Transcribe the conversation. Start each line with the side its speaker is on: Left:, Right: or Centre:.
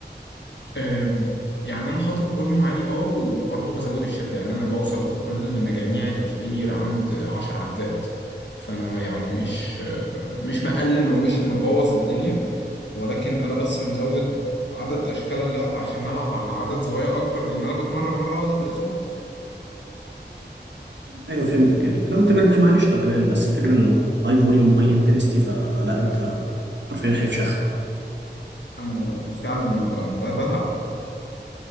Left: أم، يعني انا حاطط فوليوم عالي اه وبرضه بزود الشده يعني انا بوصل في كل مجاميعي للفيلير عند عشر عدات فانا يعني مش مش مقلل ومش مبوظ الدنيا ولكن انا بس مزود عدد اشكال اللعبه عشان نلعب على عدد زوايا اكبر لان انا بتمرن مره واحده في الاسبوع
Right: ايوه فهمتك يعني لو انت مرتاح مع قشطه تمام بس الفكره انه هاي فوليوم هاي انتنستي فلا انت حرفيا خايف شخك
Left: انا فعلا ب- ب- بتعب